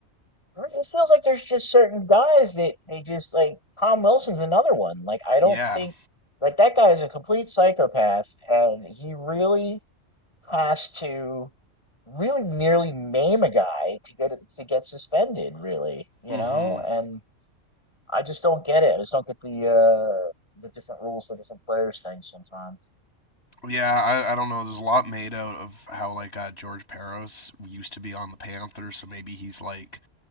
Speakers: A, on the left (about 25°); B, on the left (about 55°).
A: It feels like there's just certain guys that they just like Tom Wilson's another one. Like I don't
B: Yeah,
A: think like that guy is a complete psychopath and he really has to really nearly maim a guy to get it to get suspended, really, you
B: hmm
A: know? And I just don't get it. I just don't get the uh the different rules for different players things sometimes.
B: yeah. I, I don't know. There's a lot made out of how like uh, George Peros used to be on the Panthers, so maybe he's like,